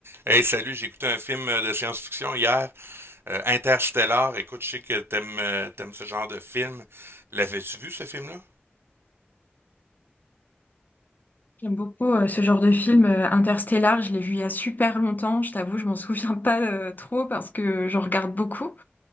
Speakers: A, on the right (about 70°); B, on the left (about 45°).
A: Hey, salut, j'ai écouté un film euh, de science-fiction hier, euh, Interstellar. Écoute, je sais que t'aimes euh, t'aimes ce genre de film. L'avais-tu vu, ce film-là?
B: J'aime beaucoup euh, ce genre de film euh, Interstellar, je l'ai vu il y a super longtemps, je t'avoue, je m'en <laughs> souviens pas euh, trop parce que j'en regarde beaucoup.